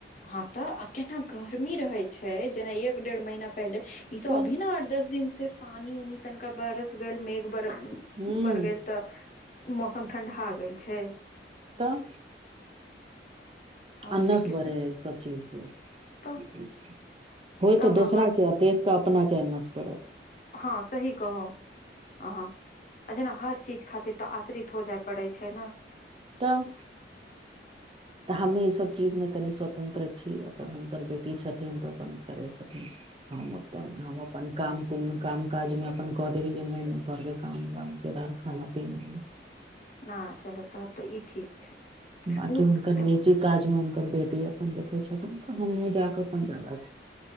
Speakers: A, on the left; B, on the right.
A: हँ तऽ आ केना गर्मी रहै छैय जेना एक डेढ़ महीना पहिले ई तो
B: तऽ
A: अभी ने आठ दस दिन से पानी उनी तनिका बरस गेल मेघ बर
B: हूँ
A: पर गेल तऽ मौसम ठंढ़ा गेल छैय
B: तऽ
A: आ ओन्ने
B: अन्नस
A: के
B: बरे हैय सब चीज के
A: तऽ
B: <inaudible> होय तऽ
A: आ भगवान
B: दोसरा क देख कऽ अपना क नस पड़ब
A: हँ सही कहलो अहाँ आ जेना हर चीज खातिर तऽ आश्रित हो जाय पड़े छै न
B: तऽ तऽ हममे ईसभ चीजमे कनि स्वतन्त्र छी अपन हुनकर बेटी छथिन तऽ अपन करै छथिन हँ <inaudible> हम अपन काम कुनो काम काज मे अपन कऽ देलियै घर के काम वाम तेरा खाना पीना
A: हँ चलो तब तऽ ई ठीक छै
B: बाकी
A: उ
B: हुनकर
A: देखो
B: निजी काज मे हुनकर बेटी अपन देखै छथिन तऽ हमहुँ जाके अपन दादा